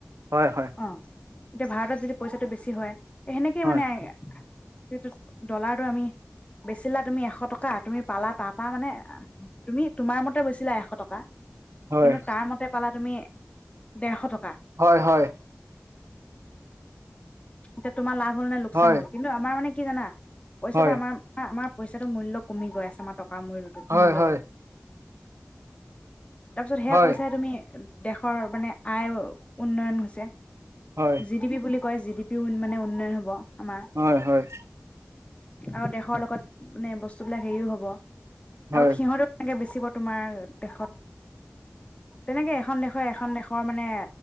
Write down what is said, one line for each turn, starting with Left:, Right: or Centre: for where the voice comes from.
Right: হয় হয়,
Left: অ এতিয়া ভাৰতত যদি পইচাটো বেছি হয় সেনেকে
Right: হয়,
Left: মানে সেটো, ডলাৰটো আমি বেচিলা তুমি এশ টকা, তুমি পালা তাৰপা মানে, তুমি তোমাৰ মতে বেচিলা এশ টকা
Right: হয়,
Left: কিন্তু তাৰ মতে পালা তুমি দেৰশ টক
Right: হয়, হয়
Left: এতিয়া তোমাৰ লাভ হ'ল নে লোকচান
Right: হয়,
Left: হ'ল? কিন্তু আমাৰ মানে কি জানা পইচাটো
Right: হয়।
Left: আমাৰ, আমাৰ পইচাটো মূল্য কমি গৈ আমাৰটকা কা মূল্য
Right: হয়
Left: মূল্যটো-
Right: হয়
Left: তাৰ পিছত সেয়া
Right: হয়
Left: পইচাই তুমি দেশৰ মানে আয় উন্নয়ন হৈছে
Right: হয়
Left: জি দিবি বুলি কয় জি ডি মানে উন্নয়ন হ'ব। আমাৰ
Right: হয় হয়
Left: আৰু দেশৰ লগত মানে বস্তুবিলাক হেৰিও হব।
Right: হয়
Left: আৰু সিহঁতো এনেকে বেছি তোমাৰ দেশত তেনেকে এখন দেশৰ এখন দেশৰ মানে